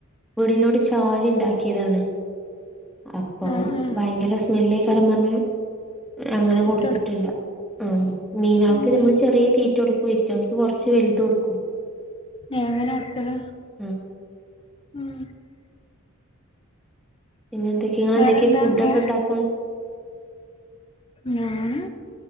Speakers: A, in the centre; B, on the left.
A: വീടിനോട് ചാരി ഉണ്ടാക്കിയതാണ് അപ്പം
B: ആഹ് ആഹ്
A: ഭയങ്കര സ്മെല്ലേ കറന്നെ അങ്ങനെ കൊടുത്തിട്ടില്ല
B: ഇട്ടോട്
A: ആഹ്‌ മീനാൾക്ക്
B: ഉം
A: നമ്മള് ചെറിയ തീറ്റ കൊടുക്കും പറ്റും എനിക്ക് കുറച്ച് വലുത കൊടുക്കും
B: ഏഹ് എങ്ങനെയ അടുത്തത്
A: ഉം
B: ഉം
A: പിന്നെ എന്തൊക്കെയ ഇങ്ങ
B: വേറെന്താ
A: എന്തൊക്കെയാ ഫുഡ
B: മോ
A: ഒക്കെ ഇണ്ടാക്കും
B: ഞാന്